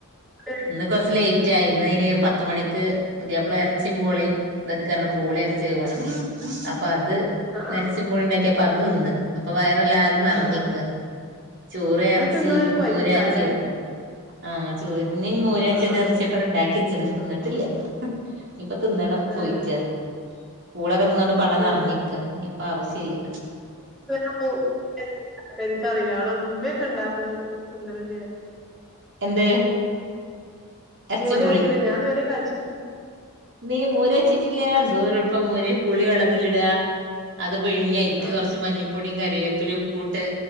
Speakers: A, in the centre; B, on the right.
A: അത്
B: ഇന്ന് കൊർച്ച് ലെയ്റ്റായി ഇന്നയ്ന് പത്ത് മണിക്ക് പുതിയാപ്പള എർച്ചിം പൂളിം വെക്കാർഞ്ഞ് പൂളിം എർച്ച്യൊക്കെ കൊണ്ടന്നീനു. അപ്പത് ഇന്നെർച്ചിം
A: ആ ആ
B: പൂളിണ്ടാക്ക്യപ്പൊ അത് തിന്ന് അപ്പൊ വയറല്ലാര് നർഞ്ഞ്ക്ക
A: ആ.
B: ചോറ് എർച്ചിം
A: അത് തിന്നാ ഒരു കൊയ്ക്കാലേ
B: മോര് കാച്ച്യതും. ആഹ് ചോറ്ന് മോരാച്ച്യതും
A: ആ
B: എർച്ച്യൊക്കവടെ ണ്ടാക്ക്യച്ച്ണ് തിന്ന്ട്ടില്ല. ഇഞ്പ്പൊ തിന്നണം പോയിട്ട്റ്യാ
A: ഏ
B: പൂളൊക്കെ തിന്നോണ്ട് പള്ള
A: ഏ
B: നർഞ്ഞ്ക്ക ഇഞ്പ്പാവശ്യല്ല.
A: <unintelligible> എനിക്കറില്ല അവടെ ഉമ്മക്കെ ഇണ്ടാക്ക്ണത് തിന്നല്ണ്ട് ഞാന്.
B: എന്ത്? എറച്ചിം
A: മോരാച്ച്യത് ഞാൻ ഇത് വരെ കാച്ച്
B: മ്മേ മോരച്ച്ട്ട്ല്ല എന്തോരെള്പ്പാ മോര് പുളി വെള്ളത്തിലിടാ അത് പിഴിഞ്ഞയ്ക്ക്
A: ആ
B: കൊർച്ച് മഞ്ഞിപ്പൊടിം കറിവേപ്പിലിം ഉപ്പൂട്ട്